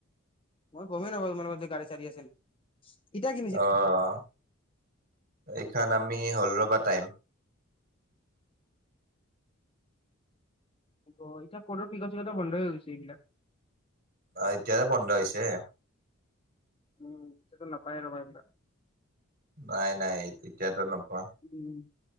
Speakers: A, on the left; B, on the right.
A: মই গমেই নাপালোঁ তোমাৰ লগত যে গাড়ী-চাড়ী আছিল। সি এতিয়া কি?
B: অ অ অ এইখন আমি হ'ল ৰবা টাইম।
A: অ তো এতিয়া কোত পিকাপ-চিকাপ বন্ধ হৈ গৈছে এইবিলাক।
B: অ এতিয়াহে বন্ধ হৈছে।
A: উম উ উ এতিয়াতো নাপাই আৰু আমাৰ এইবিলাক।
B: নাই নাই এতিয়াতো নোপোৱা।
A: উ উ উ